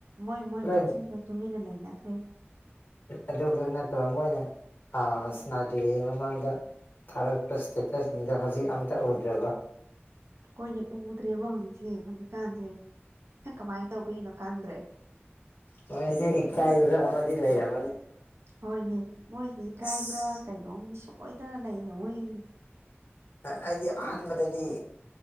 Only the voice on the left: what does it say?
ꯂꯣꯏ
ꯑꯗꯨ ꯈꯛ ꯅꯠꯇꯕ ꯃꯣꯏꯅ ꯑꯥ ꯁꯅꯥꯗꯔ꯭ꯤꯉꯩ ꯃꯃꯥꯡꯗ ꯊꯥꯒꯠꯄ ꯏꯁꯇꯦꯇꯁꯁꯤꯡꯗꯣ ꯍꯧꯖꯤꯛ ꯑꯝꯇ ꯎꯗ꯭ꯔꯕ
ꯃꯣꯏꯁꯦ ꯏꯀꯥꯏꯕꯔꯥ ꯑꯃꯗꯤ ꯂꯩꯔꯝꯃꯅꯤ
ꯑꯁ
ꯑꯥ ꯑꯩꯗꯤ ꯑꯍꯥꯟꯕꯗꯗꯤ